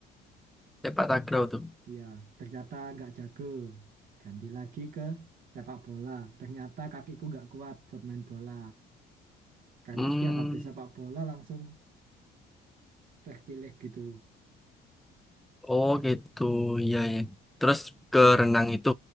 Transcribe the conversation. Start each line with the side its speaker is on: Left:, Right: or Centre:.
Centre: sepak takraw tuh.
Right: Iya, ternyata nggak jago. Ganti lagi ke sepak bola. Ternyata kakiku nggak kuat buat main bola. Karena
Centre: Hmm.
Right: setiap habis sepak bola langsung terkilir gitu.
Centre: Oh gitu, iya ya. Terus ke renang itu.